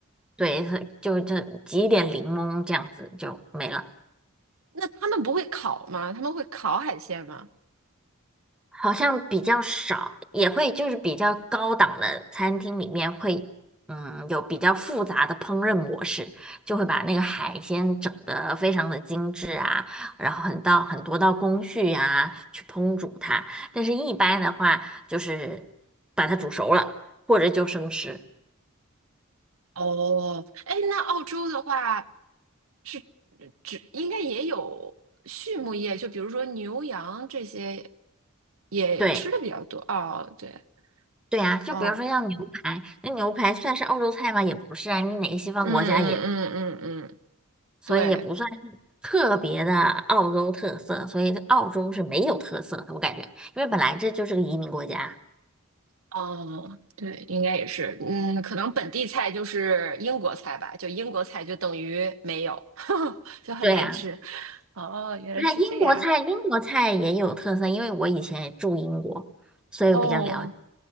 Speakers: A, in the centre; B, on the right.
A: 对，就就挤一点柠檬这样子就没了。
B: 那他们不会烤吗？他们会烤海鲜吗？
A: 好像比较少，也会就是比较高档的餐厅里面会，嗯，有比较复杂的烹饪模式，就会把那个海鲜整得非常的精致啊，然后很道很多道工序啊去烹煮它。但是一般的话，就是把它煮熟了，或者就生吃。
B: 哦，哎，那澳洲的话，是只应该也有畜牧业，就比如说牛羊这些也吃的比较多。
A: 对。
B: 哦，对，
A: 对啊，就比如说像牛排，
B: 哦，
A: 那牛排算是澳洲菜吗？也不是啊，你哪个西方国家也
B: 嗯嗯嗯嗯嗯，
A: 所以也不算是特别的澳洲特色，
B: 对，
A: 所以澳洲是没有特色的，我感觉，因为本来这就是个移民国家。
B: 哦，对，应该也是，嗯，可能本地菜就是英国菜吧，就英国菜就等于没有，<laughs> 就很难吃。
A: 对呀，
B: 哦，原来是这样。
A: 不是英国菜，英国菜也有特色，因为我以前也住英国，所以我比较了解。
B: 哦，